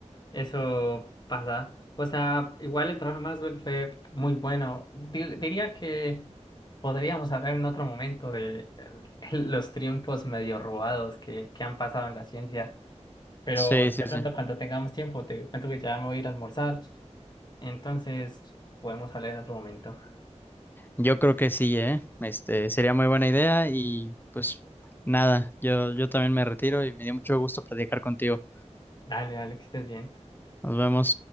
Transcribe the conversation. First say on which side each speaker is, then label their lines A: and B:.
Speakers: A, on the left; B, on the left.
A: Eso pasa. O sea, igual el trabajo de Maxwell fue muy bueno. Di- diría que podríamos hablar en otro momento de eh, los triunfos medio robados que, que han pasado en la ciencia. Pero
B: Sí, sí,
A: de
B: sí.
A: pronto cuando tengamos tiempo, te cuento que ya me voy a ir a almorzar. Entonces, podemos hablar en otro momento.
B: Yo creo que sí, ¿eh? Este, sería muy buena idea y pues nada, yo, yo también me retiro y me dio mucho gusto platicar contigo.
A: Dale, dale, que estés bien.
B: Nos vemos.